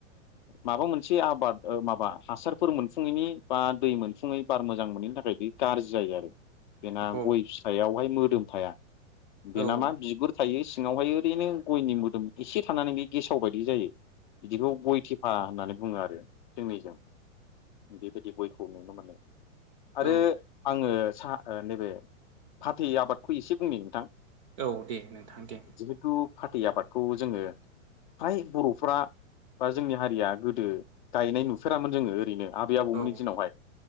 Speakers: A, on the left; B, on the right.
A: माबा मोनसे आबाद माबा हासारफोर मोनफुङैनि बा दै मोनफुङै बार मोजां मो नि थाखाय गाज्रि जायो आरो। बेना
B: औ
A: गय फिथायावहाय मोदोम थाया बेना
B: औ
A: मा बिगुर थायो सिङावहाय ओरैनो गयनि मोदोम एसे थानानै बे गेसाव बायदि जायो बिदिखौ गय थे फा होननानै बुङो आरो जोंनिजों बेबायदि गयखौ नुनो मोनो आरो
B: औ
A: आङो साहा नैबे फाथै आबादखौ एसे बुंनि नोंथां
B: औ दे नोंथां दे
A: जिहेथु फाथै आबादखौ जोङो फ्राय बर'फ्रा बा जोंनि हारिया गोदो गायनाय नुफेरामोन जोङो ओरैनो आबै आबौमोननि
B: औ
A: दिनावहाय